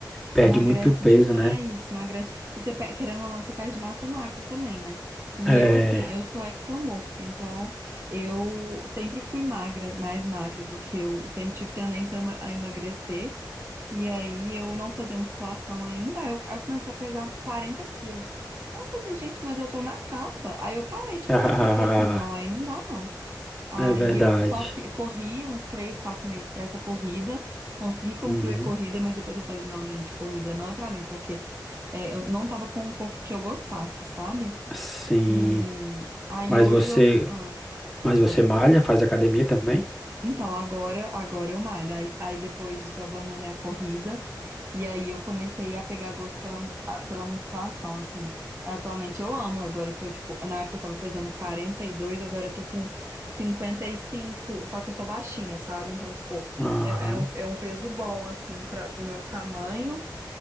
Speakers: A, in the centre; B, on the right.
A: perde
B: Emagrece
A: muito peso,
B: demais,
A: né?
B: emagrece. E você, pe- querendo ou não, você perde massa magra também, né? E
A: É.
B: eu, assim, eu sou ectomorfo, então eu sempre fui magra, mais magra do que eu. Sempre tive tendência a ema- a emagrecer. E aí eu não fazia musculação ainda. aí Eu, aí eu comecei a pesar 40 quilos. Aí eu falei assim, gente, mas eu tô na capa. Aí eu parei de correr,
A: <laughs>
B: porque eu falei assim, não, aí não dá, não. Aí
A: É verdade.
B: eu só fi- corri uns três, quatro meses pra essa corrida, consegui concluir
A: Uhum.
B: a corrida, mas depois eu falei, não, gente, corrida não é pra mim, porque é, eu não tava com um corpo que eu gostasse, sabe?
A: Sim.
B: E aí
A: Mas
B: hoje
A: você,
B: eu.
A: mas você
B: pode
A: malha, faz academia também?
B: então, agora, agora eu malho. Aí, aí depois disso eu abandonei a corrida e aí eu comecei a pegar gosto pela, a- pela musculação, assim. Atualmente eu amo, agora eu tô, tipo, na época eu tava pesando quarenta e dois agora eu tô com cinquenta e cinco só que eu sou baixinha, sabe? Então, tipo,
A: Aham.
B: é, é um, é um peso bom, assim, pra, pro meu tamanho,